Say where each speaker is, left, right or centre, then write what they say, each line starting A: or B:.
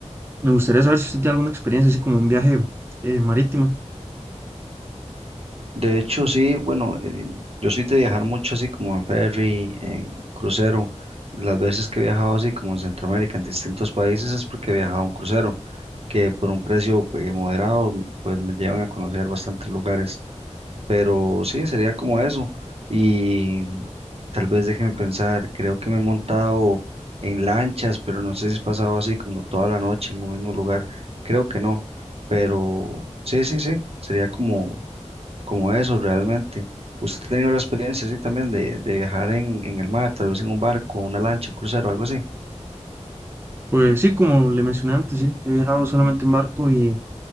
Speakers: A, on the right; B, on the right.
A: Me gustaría saber si usted tiene alguna experiencia así como un viaje eh, marítimo.
B: De hecho, sí, bueno, eh, yo soy de viajar mucho así como en ferry, en crucero. Las veces que he viajado así como en Centroamérica, en distintos países, es porque he viajado en crucero. que por un precio eh, moderado, pues me llevan a conocer bastantes lugares. Pero sí, sería como eso. Y tal vez déjeme pensar, creo que me he montado en lanchas, pero no sé si he pasado así como toda la noche en un mismo lugar. Creo que no. Pero sí, sí, sí, sería como, como eso realmente. ¿Usted ha tenido la experiencia así también de, de viajar en, en el mar, tal vez en un barco, una lancha, un crucero, algo así?
A: Pues sí, como le mencioné antes, sí, he viajado solamente en barco y